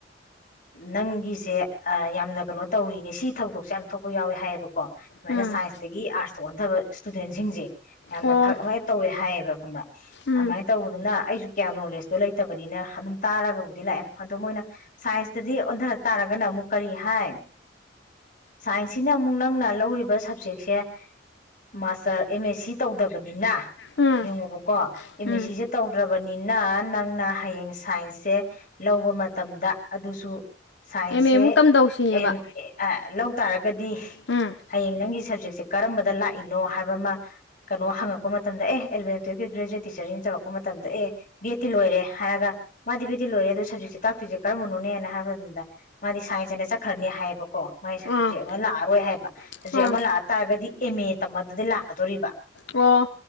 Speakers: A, on the left; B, on the left.
A: ꯅꯪꯒꯤꯁꯦ ꯑꯥ ꯌꯥꯝꯅ ꯀꯩꯅꯣ ꯇꯧꯔꯤꯅꯦ ꯁꯤ ꯊꯧꯗꯣꯛꯁꯦ ꯌꯥꯥꯝ ꯊꯣꯛꯄ ꯌꯥꯎꯋꯦ ꯍꯥꯏꯌꯦꯕꯀꯣ ꯁꯨꯃꯥꯏꯅ
B: ꯎꯝ
A: ꯁꯥꯏꯟꯁꯇꯒꯤ ꯑꯥꯔꯠꯁꯇ ꯑꯣꯟꯊꯕ ꯁꯇꯨꯗꯦꯟꯁꯤꯡꯁꯦ ꯌꯥꯝꯅ
B: ꯑꯣ
A: ꯐꯔꯛ ꯑꯃꯥꯏ ꯇꯧꯋꯦ ꯍꯥꯏꯌꯦꯕ ꯈꯪꯕ
B: ꯎꯝ
A: ꯑꯗꯨꯃꯥꯏꯅ ꯇꯧꯕꯗꯨꯅ ꯑꯩꯁꯨ ꯀꯌꯥ ꯅꯣꯂꯦꯖꯇꯣ ꯂꯩꯇꯕꯅꯤꯅ ꯑꯗꯨꯝ ꯇꯥꯔꯒꯕꯨꯗꯤ ꯂꯥꯛꯑꯦ ꯑꯗꯣ ꯃꯣꯏꯅ ꯁꯥꯏꯟꯁꯇꯗꯤ ꯑꯣꯟꯗ ꯇꯥꯔꯒꯅ ꯑꯃꯨꯛ ꯀꯔꯤ ꯍꯥꯏ ꯁꯥꯏꯟꯁ ꯁꯤꯅ ꯑꯃꯨꯛ ꯅꯪꯅ ꯂꯧꯔꯤꯕ ꯁꯕꯖꯦꯛꯁꯦ ꯃꯥꯁꯇꯔ ꯑꯦꯝ ꯑꯦꯁ ꯁꯤ ꯇꯧꯗꯕꯅꯤꯅ
B: ꯎꯝ
A: ꯌꯦꯡꯉꯨꯕꯀꯣ ꯑꯦꯝ
B: ꯎꯝ
A: ꯑꯦꯁ ꯁꯤꯁꯦ ꯇꯧꯗ꯭ꯔꯕꯅꯤꯅ ꯅꯪꯅ ꯍꯌꯦꯡ ꯁꯥꯏꯟꯁꯁꯦ ꯂꯧꯕ ꯃꯇꯝꯗ ꯑꯗꯨꯁꯨ ꯁꯥꯏꯟꯁꯦ
B: ꯑꯦꯝ ꯑꯦꯃꯨꯛ ꯇꯝꯗꯧ ꯁꯤꯅꯦꯕ
A: ꯑꯦꯝ ꯑꯦ ꯑꯥ ꯂꯧ ꯇꯥꯔꯒꯗꯤ
B: ꯎꯝ
A: ꯍꯌꯦꯡ ꯅꯪꯒꯤ ꯁꯞꯖꯦꯛꯁꯦ ꯀꯔꯝꯕꯗ ꯂꯥꯛꯏꯅꯣ ꯍꯥꯏꯕ ꯑꯃ ꯀꯩꯅꯣ ꯍꯪꯉꯛꯄ ꯃꯇꯝꯗ ꯑꯦ ꯑꯦꯂꯚꯦꯟ ꯇꯨꯋꯜꯞꯀꯤ ꯒ꯭ꯔꯦꯖꯨꯋꯦꯠ ꯇꯤꯆꯔꯤꯡ ꯆꯧꯔꯛꯄ ꯃꯇꯝꯗ ꯑꯦ ꯕꯦꯠ ꯇꯤ ꯂꯣꯏꯔꯦ ꯍꯥꯏꯔꯒ ꯃꯥꯗꯤ ꯕꯦꯠ ꯇꯤ ꯂꯣꯏꯔꯦ ꯑꯗꯨ ꯁꯞꯖꯦꯛꯁꯦ ꯇꯥꯛꯇ꯭ꯔꯤꯁꯦ ꯀꯔꯝꯕꯅꯣꯅꯦꯅ ꯍꯥꯏꯕ ꯃꯇꯝꯗ ꯃꯥꯗꯤ ꯁꯥꯏꯟꯁ ꯍꯦꯟꯅ ꯆꯠꯈ꯭ꯔꯅꯤ ꯍꯥꯏꯌꯦꯕꯀꯣ ꯃꯥꯏ ꯁꯞꯖꯦꯛ
B: ꯑꯥ
A: ꯑꯃ ꯂꯥꯛꯑꯔꯣꯏ ꯍꯥꯏꯌꯦꯕ
B: ꯑꯥ
A: ꯁꯞꯖꯦꯛ ꯑꯃ ꯂꯥꯛ ꯇꯥꯔꯒꯗꯤ ꯑꯦꯝ ꯑꯦ ꯇꯝꯃꯗꯗꯤ ꯂꯥꯛꯀꯥꯗꯧꯔꯤꯕ
B: ꯑꯣ